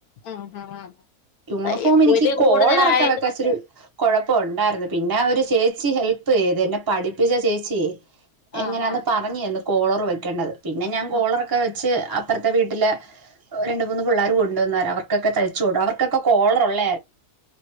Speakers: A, on the left; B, on the right.
A: ഉം ഉം
B: യൂണിഫോം
A: തയ്യക്കൂലി
B: എനിക്ക് കോളറൊക്കെ
A: കൂടുതലായത്
B: വെക്കാച്ചിരി
A: കൊണ്ട്
B: കുഴപ്പ ഒണ്ടായിരുന്നു. പിന്നെ ഒരു ചേച്ചി ഹെൽപ്പ് ചെയ്ത് എന്നെ പഠിപ്പിച്ച ചേച്ചിയേ എങ്ങനാന്ന്
A: ആഹ്
B: പറഞ്ഞ്തന്ന് കോളറ് വെക്കണ്ടത്. പിന്നെ ഞാൻ കോളറൊക്കെ
A: ആഹ്
B: വെച്ച് അപ്പറത്തെ വീട്ടിലെ രണ്ട് മൂന്ന് പിള്ളേര് കൊണ്ടന്നേരം അവർക്കൊക്കെ തയ്ച്ചു കൊടു അവർക്കൊക്കെ കോളർ ഒള്ള